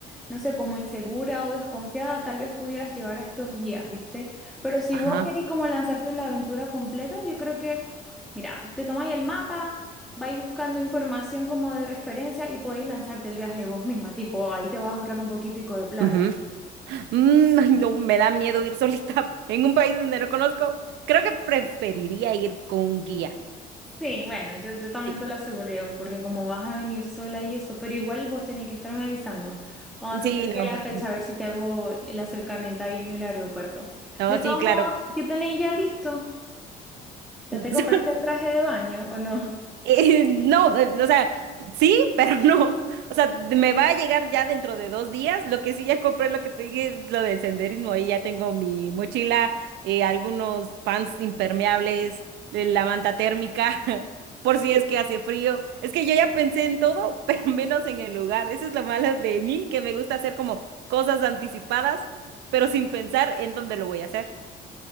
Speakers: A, in the centre; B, on the right (about 85°).
A: no sé, como insegura o desconfiada, tal vez pudieras llevar a estos guías, ¿viste? Pero si
B: Ajá.
A: vos querés como lanzarte en la aventura completa, yo creo que, mira, te tomáis el mapa, vais buscando información como de referencia y podéis lanzarte el viaje vos misma. Tipo, ahí te vas a ahorrar un poquitico de plata.
B: ujú. Mm, ay, no, me da miedo ir <laughs> solita en un país donde no conozco. Creo que preferiría ir con un guía.
A: Sí, bueno, yo, yo también
B: Sí,
A: te lo aseguro, porque como vas a venir sola y eso, pero igual vos tenés que estarme avisando cuando se
B: sí,
A: acerque
B: no.
A: la fecha,
B: <laughs>
A: a ver si te hago el acercamiento ahí en el aeropuerto.
B: No,
A: De todos
B: sí, claro.
A: modos, ¿qué tenéis ya listo? ¿Ya
B: <laughs>
A: te compraste el traje de baño o no?
B: Eh, no, eh, o sea, sí, <laughs> pero no. O sea, me va a llegar ya dentro de dos días. Lo que sí ya compré, lo que te dije es lo del senderismo. Ahí ya tengo mi mochila, eh, algunos pants impermeables, eh, la manta térmica, <laughs> por si es que hace frío. Es que yo ya pensé en todo, <laughs> pero menos en el lugar. Eso es lo malo de mí, que me gusta hacer como cosas anticipadas, pero sin pensar en dónde lo voy a hacer.